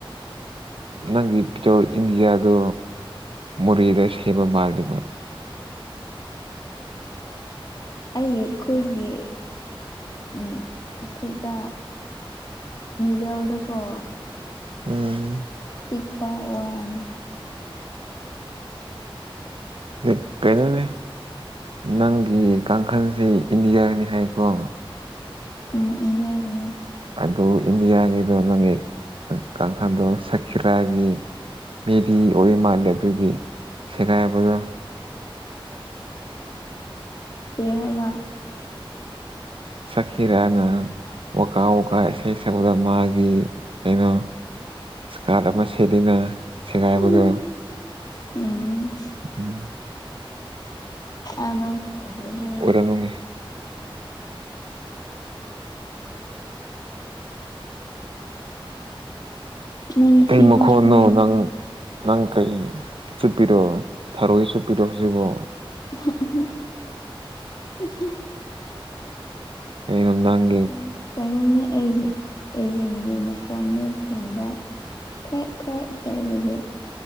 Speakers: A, on the right; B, on the left.
A: ꯅꯪꯒꯤ ꯄꯤꯆꯣꯔ ꯏꯟꯗꯤꯌꯥꯗꯣ ꯃꯣꯔꯦꯗ ꯁꯦꯝꯕ ꯃꯥꯜꯜꯂꯤꯦꯕ
B: ꯑꯩ ꯈꯨ ꯁ ꯈꯨꯠꯗ ꯖꯦꯜꯗꯀ
A: ꯎꯝ
B: ꯆꯛꯄ ꯋꯥꯅꯤ
A: ꯀꯩꯅꯩꯅꯅꯦꯅꯦ ꯅꯪꯒꯤ ꯀꯥꯡꯈꯜꯁꯤ ꯏꯟꯗꯤꯌꯥꯅꯤ ꯍꯥꯏꯀꯣ
B: ꯎꯝ ꯌꯥꯝ
A: ꯑꯗꯨꯣ ꯏꯗꯤꯌꯥ ꯑꯗꯨ ꯅꯪꯒꯤ ꯀꯥꯡꯈꯥꯟꯗꯣ ꯁꯀꯤꯔꯥꯒꯤ ꯃꯦꯕꯤ ꯑꯣꯏ ꯃꯥꯜꯂꯦ ꯑꯗꯨꯗꯤ ꯁꯤꯦꯀꯥꯏꯕꯗꯨꯣ
B: ꯇꯉꯕ
A: ꯁꯀꯤꯤꯔꯅ ꯋꯥꯀꯥ ꯋꯥꯀꯥ ꯏꯁꯩ ꯁꯛꯄꯗ ꯃꯥꯒꯤ ꯀꯩꯅꯣ ꯏꯁꯀꯥꯔꯠ ꯑꯃ ꯁꯦꯠꯂꯤꯅ ꯁꯦꯒꯥꯏꯕꯗꯣ
B: ꯎꯝ ꯎꯝ
A: ꯎꯝ
B: ꯑꯗ ꯐ ꯑꯗꯨꯅ
A: ꯑꯣꯏꯔꯝꯒꯅꯤ
B: ꯃꯟ
A: ꯀꯩ
B: ꯊꯤ
A: ꯃꯈꯣꯟꯅꯣ
B: ꯐꯒꯦ
A: ꯅꯪ ꯅꯪ ꯀꯩ ꯆꯨꯞꯄꯤꯔꯣ ꯊꯔꯣꯏ ꯆꯨꯞꯄꯤꯔꯣ ꯍꯧꯖꯤꯛꯕꯣ
B: <unintelligible>
A: ꯀꯩꯅꯣ ꯅꯪꯒꯤ
B: ꯀ ꯀꯩꯅꯩꯅꯅ ꯑꯩ ꯏꯚꯦꯟꯒꯤ ꯃꯈꯣꯟ ꯌꯁꯤꯡꯗ ꯈ꯭ꯔꯦꯠ ꯈ꯭ꯔꯦꯠ ꯇꯧꯕꯒꯤ